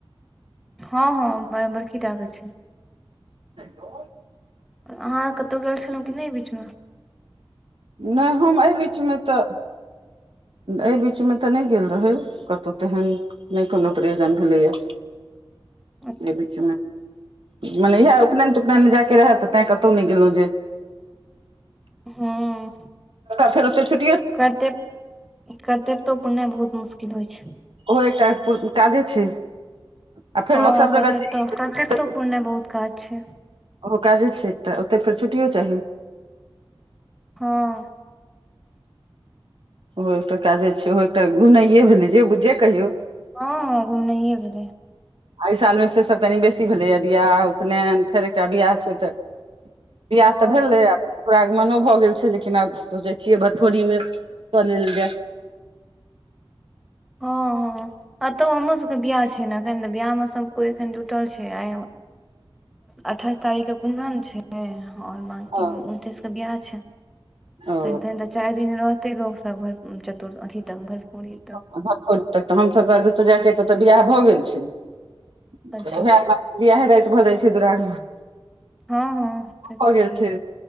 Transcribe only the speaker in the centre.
हँ हँ बर बरकी टाकऽ छै
अहाँ कतहु गेल छलहुँ कि नहि ई बीचमऽ
<inaudible>
हँ
करते करते तो पुरनाइ बहुत मुश्किल होइ छै
हँ
कते
तऽ कतेक तो पूर्ण बहुत काज छै
हँ
हँ हँ घूमनाए भेलै
हँ
हँ हँ एतहु हमरोसभके बियाह छै नऽ एखन तऽ बियाहमे सभ कोइ एखन जुटल छै आ अठाईस तारीख के कुमरन छै आओर बाकी
उनतीस कऽ बिआाह छै
चारि दिन रहतै लोकसभ भ भेर चतुरर् अथी तक भरपूरी तक
अच्छा
हँ हँ से
तऽ छैहे